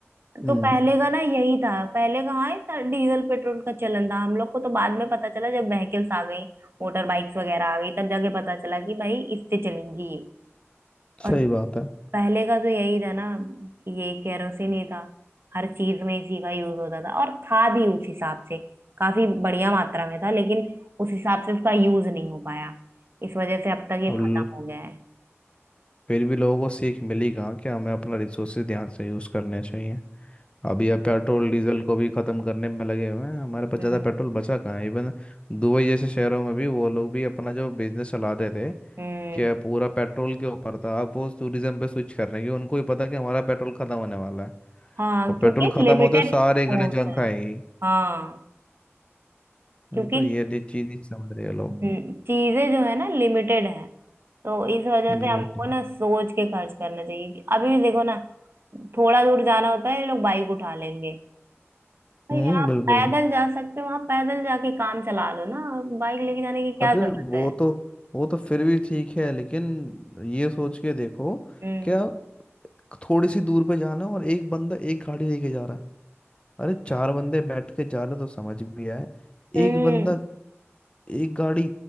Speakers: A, on the left (about 25°); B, on the right (about 55°).
A: हम्म,
B: तो पहले का ना यही था पहले कहाँ इतना डीजल पेट्रोल का चलन था हम लोग को तो बाद में पता चला जब व्हीकल्स आ गई मोटर बाइक्स वगैरह आ गई तब जाके पता चला कि भाई इससे चलेंगी ये और
A: सही बात है
B: पहले का तो यही था ना ये केरोसिन ही था हर चीज में इसी का यूज होता था और था भी उस हिसाब से काफी बढ़िया मात्रा में था लेकिन उस हिसाब से उसका यूज नहीं हो पाया इस वजह से अब तक ये
A: अब ल-
B: खत्म हो गया है
A: फिर भी लोगों को सीख मिली कहाँ कि हमें अपना रिसोर्सेज ध्यान से यूज करने चाहिए अभी अब पेट्रोल डीजल को भी खत्म करने में लगे हुए हैं हमारे पास
B: हम्म
A: ज़्यादा पेट्रोल बचा कहाँ है इवन दुबई जैसे शहरों में भी वो लोग भी अपना जो बिजनेस चला रहे थे
B: हम्म
A: कि पूरा पेट्रोल के ऊपर था अब वो टूरिज्म पे स्विच कर रहे हैं क्योंकि उनको ही पता है कि हमारा पेट्रोल खत्म होने वाला है
B: हाँ
A: और
B: क्योंकि
A: पेट्रोल खत्म
B: लिमिटेड
A: होते सारे
B: सोर्स
A: गले जंग खाएगी
B: है हाँ क्योंकि
A: नहीं तो ये लिए चीज नहीं समझ रहे लोग
B: हम्म, चीजें जो है ना लिमिटेड है तो इस वजह
A: Exactly.
B: से हमको ना सोच के खर्च करना चाहिए कि अभी भी देखो ना थोड़ा दूर जाना होता है ये लोग बाइक उठा लेंगे भाई
A: हम्म
B: जहाँ आप
A: बिल्कुल
B: पैदल जा सकते हो वहां पैदल जाके काम चला लो ना बाइक लेके जाने की क्या
A: अरे
B: जरूरत
A: वो
B: है
A: तो वो तो फिर भी ठीक है लेकिन ये सोच के देखो
B: हम्म
A: क्या थोड़ी सी दूर पे जाना और एक बंदा एक गाड़ी लेके जा रहा है अरे चार बंदे बैठ के जा रहे तो समझ भी आए
B: हम्म
A: एक बंदा एक गाड़ी